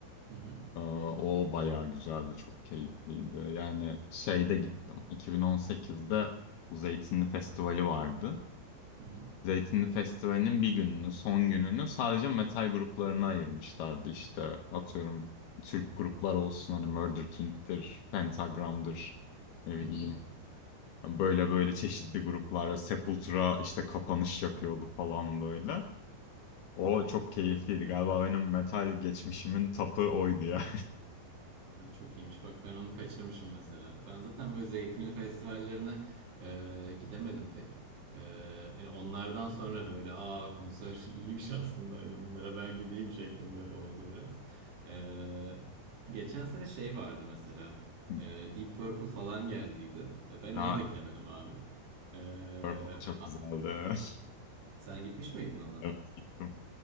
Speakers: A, on the right (about 60°); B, on the left (about 70°).
A: Hı hı,
B: Ee, O bayağı güzeldi, çok keyifliydi. Yani şeyde gittim. 2018'de bu Zeytinli Festivali vardı.
A: hı hı,
B: Zeytinli Festivali'nin bir gününü, son gününü sadece metal gruplarına ayırmışlardı. İşte atıyorum Türk gruplar olsun hani Murder King'tir, Pentagram'dır, ne
A: hı
B: bileyim.
A: hı.
B: Böyle böyle çeşitli gruplar ve Sepultura işte kapanış yapıyordu falan böyle. O çok keyifliydi. Galiba benim metal geçmişimin tapı oydu ya.
A: Ay çok iyiymiş. Bak ben onu kaçırmışım mesela. Ben zaten böyle zeytinli festivallerine e, gidemedim pek. E, hani onlardan sonra böyle aa konser <laughs> şey iyiymiş aslında hani bunlara ben gideyim şeklinde oldu biraz. E, geçen sene şey vardı mesela.
B: <laughs>
A: E, Deep Purple falan geldiydi. E, ben
B: Ha,
A: ona da gidemedim abi. E,
B: Purple çok
A: a-
B: güzeldi. <laughs>
A: sen gitmiş miydin ona?
B: Evet gittim.